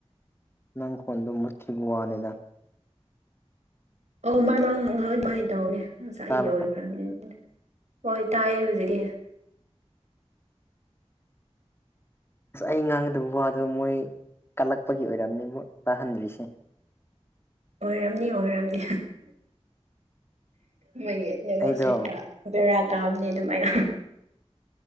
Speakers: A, on the left (about 20°); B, on the right (about 85°).
A: ꯅꯪꯈꯣꯟꯗꯣ ꯃꯨꯠꯈꯤꯕ ꯋꯥꯅꯤꯗ
B: ꯑꯣ ꯃ ꯃꯔꯥꯡ ꯉꯍ ꯑꯗꯨꯃꯥꯏꯅ ꯇꯧꯒꯦ ꯉꯁꯥꯏ ꯑꯩꯒꯤ
A: ꯇꯥꯕ꯭ꯔꯥ
B: ꯑꯣꯏꯈ꯭ꯔꯕꯅꯦ ꯑꯗꯨꯃꯥꯏꯅ ꯍꯣꯏ ꯇꯥꯏꯌꯦ ꯍꯧꯖꯤꯛꯇꯤ
A: ꯑꯁ ꯑꯩ ꯉꯥꯡꯒꯗꯕ ꯋꯥꯗꯣ ꯃꯣꯏ ꯀꯠꯂꯛꯄꯒꯤ ꯑꯣꯏꯔꯝꯅꯦꯕꯨ ꯇꯥꯍꯟꯗ꯭ꯔꯤꯁꯦ
B: ꯑꯣꯏꯔꯝꯅꯤ ꯑꯣꯏꯔꯝꯅꯤ ꯃꯣꯏꯒꯤ ꯅꯦꯠꯌꯣꯛꯁꯔ
A: ꯑꯩꯗꯣ
B: ꯈꯔꯥ ꯕꯦꯔꯥ ꯀꯥꯕꯅꯦ ꯑꯗꯨꯃꯥꯏꯅ